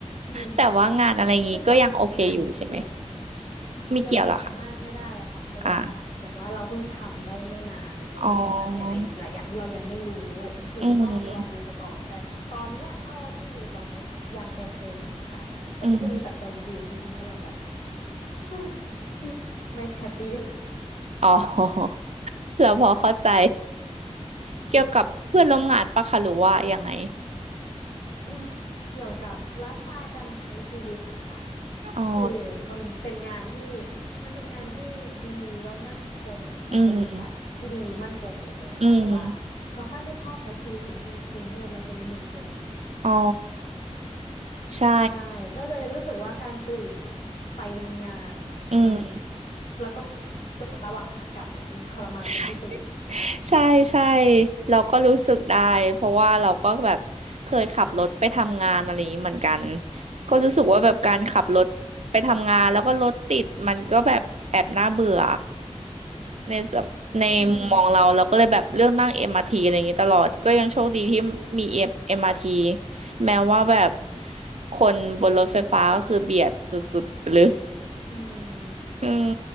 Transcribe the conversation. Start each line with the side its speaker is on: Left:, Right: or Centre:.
Left: <laughs> เออ
Right: แต่ว่างานอะไรงี้ก็ยังโอเคอยู่ใช่ไหม
Left: ซึ่งการทำงานมันเกี่ยว คือยังบอกมากไม่ได้ค่ะ
Right: มีเกี่ยวเหรอคะ
Left: เพราะว่าแบบว่าเราเพิ่งทำได้ไม่นานแล้วมันมีอะไรอีกหลายอย่างที่เรายังไม่รู้
Right: อ่ะอ๋อ
Left: คือมันต้องลองดูไปก่อน
Right: อืม
Left: แต่ตอนเนี้ยเท่าที่ดูตอนเนี้ยยังโอเคอยู่ค่ะ แต่ก็จะมีปัจจัยอื่นๆที่ทำให้เราแบบ
Right: อืม
Left: <sighs> ไม่แฮปปี้
Right: อ๋อ <laughs> แล้วพอเข้าใจเกี่ยวกับเพื่อนร่วมงานปะคะหรือว่ายังไง
Left: อืมเกี่ยวกับไลฟ์สไตล์การใช้ชีวิตค่ะ
Right: อ๋อ
Left: คือมันเป็นงานที่มันเป็นงานที่ดีแล้วมั่นคงกับบริษัทที่ดีมั่นคงเลยนะคะแต่ว่า
Right: อืมอืม
Left: เราแค่ไม่ชอบใช้ชีวิตอยู่ที่กรุงเทพและปริมณฑล
Right: อ๋อใช่
Left: ใช่ก็เลยรู้สึกว่าการตื่นไปทำงาน
Right: อืม
Left: มันแล้วก็ระหว่างขากลับเนี่ยมันทรมานเป็นพิเศษ
Right: ใช่ใช่ใช่เราก็รู้สึกได้เพราะว่าเราก็แบบเคยขับรถไปทำงานอะไรอย่างนี้เหมือนกันก็รู้สึกว่าแบบการขับรถไปทำงานแล้วก็รถติดมันก็แบบแอบน่าเบื่อ ในสมในมุมมองเราเราก็เลยแบบเลือกนั่งเอ
Left: <laughs> อืม
Right: r มอาร์ทีอะไรอย่างนี้ตลอดก็ยังโชคดีที่มี M- ์ท t แม้ว่าแบบคนบนรถไฟฟ้าก็คือเบียดสุดๆไปเลย
Left: อืม
Right: <laughs> อืม